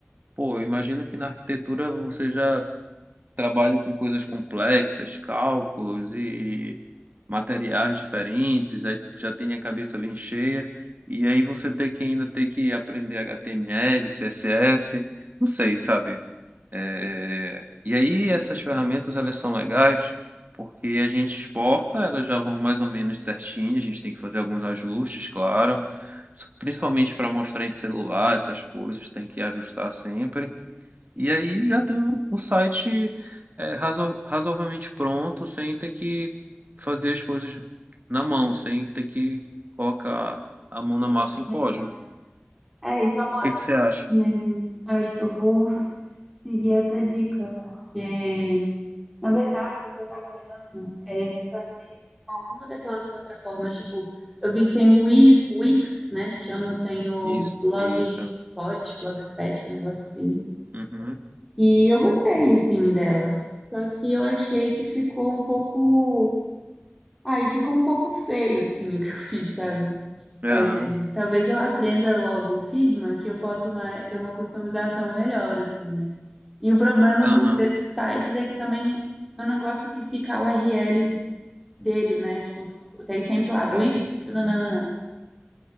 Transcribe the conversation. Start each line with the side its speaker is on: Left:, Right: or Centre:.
Right: Pô, eu imagino que na arquitetura você já trabalha com coisas complexas, cálculos e materiais diferentes, aí já tem a cabeça bem cheia, e aí você tem que ainda ter que aprender HTML, CSS, não sei, sabe? É, E aí essas ferramentas elas são legais porque a gente exporta, elas já vão mais ou menos certinho, a gente tem que fazer alguns ajustes, claro, principalmente para mostrar em celular, essas coisas tem que ajustar sempre. E aí já tem um, um site é, razo- razoavelmente pronto, sem ter que fazer as coisas na mão, sem ter que colocar a mão na
Centre: Sim,
Right: massa
Centre: começar.
Right: em código. O
Centre: É, isso é uma
Right: que
Centre: ótima
Right: que você acha?
Centre: dica mesmo. Eu acho que eu vou <laughs> seguir essa dica, porque, na verdade, o que eu tava olhando é de fazer com alguma daquelas plataformas, tipo, eu vi que tem o Wix, Wix, né, que chama, tem o
Right: Isso,
Centre: Blogspot,
Right: isso.
Centre: Blogspot, um negócio assim.
Right: Uhum.
Centre: E eu gostei, assim, delas. Só que eu achei que ficou um pouco... Aí ficou um pouco feio, assim, <laughs> o que eu fiz, sabe?
Right: Aham.
Centre: É, talvez eu aprenda logo o Figma, que eu posso ma- ter uma customização melhor, assim, né? E o problema
Right: Aham.
Centre: do, desses sites é que também eu não gosto que fica a URL dele, né? Tipo, tem sempre lá, Wix,
Right: Dá.
Centre: nananana.